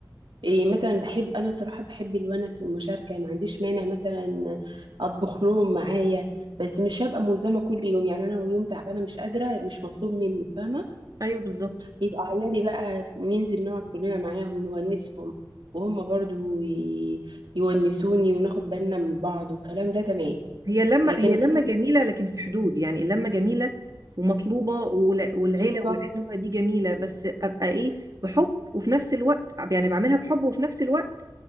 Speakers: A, on the right; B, on the right.
A: إيه مثلا بحب انا صراحة بحب الونس والمشاركة ما عنديش مانع مثلا اطبخ لهم معايا بس مش هبقى ملزمة كل يوم يعني انا لو يوم تعبانة مش قادرة مش مطلوب مني فاهمة
B: ايوه بالظبط
A: يبقى عيالي بقى ننزل نقعد كلنا معاهم نونسهم وهم برضو ي- يونسوني وناخد بالنا من بعض والكلام ده تمام
B: هي لما
A: لكن
B: هي لما
A: في
B: جميلة لكن في حدود يعني اللمة جميلة ومطلوبة ولا- والعيلة
A: بالظبط
B: والعزوة دي جميلة بس أبقى إيه بحب وفي نفس الوقت يعني بعملها بحب وفي نفس الوقت